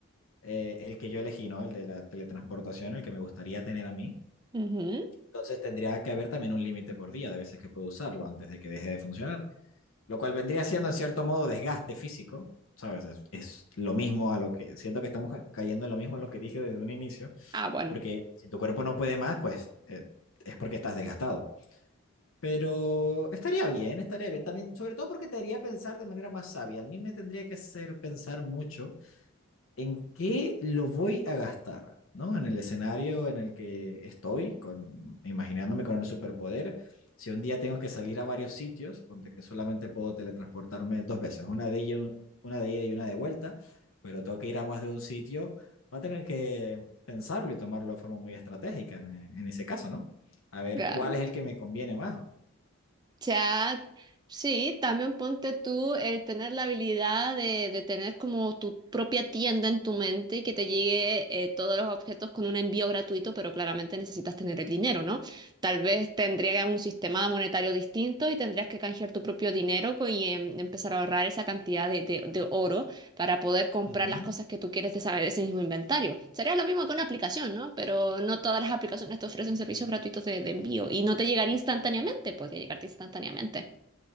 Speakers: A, on the left; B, on the right.
A: eh, el que yo elegí, ¿no? El de la teletransportación, el que me gustaría tener a mí
B: Ujú.
A: Entonces tendría que haber también un límite por día de veces que puedo usarlo antes de que deje de funcionar, lo cual vendría siendo en cierto modo desgaste físico, ¿sabes? Es, es lo mismo a lo que, siento que estamos ca- cayendo en lo mismo a lo que dije desde un inicio,
B: Ah, bueno,
A: porque si tu cuerpo no puede más, pues eh, es porque estás desgastado. Pero estaría bien, estaría bien también, sobre todo porque te haría pensar de manera más sabia. A mí me tendría que hacer pensar mucho en qué lo voy a gastar, ¿no? En el escenario en el que estoy, con, imaginándome con el superpoder. Si un día tengo que salir a varios sitios, ponte que solamente puedo teletransportarme dos veces, una de ida, una de ida y una de vuelta, pero tengo que ir a más de un sitio, va a tener que pensarlo y tomarlo de forma muy estratégica en, en ese caso, ¿no? A ver
B: claro.
A: cuál es el que me conviene más.
B: sea, sí, también ponte tú el tener la habilidad de, de tener como tu propia tienda en tu mente y que te llegue eh, todos los objetos con un envío gratuito, pero claramente necesitas tener el dinero, ¿no? Tal vez tendrías un sistema monetario distinto y tendrías que canjear tu propio dinero co- y em, empezar a ahorrar esa cantidad de, de de oro para poder comprar
A: Ujú.
B: las cosas que tú quieres de saber ese mismo inventario. Sería lo mismo que una aplicación, ¿no? Pero no todas las aplicaciones te ofrecen servicios gratuitos de, de envío y no te llegaría instantáneamente, podría llegarte instantáneamente.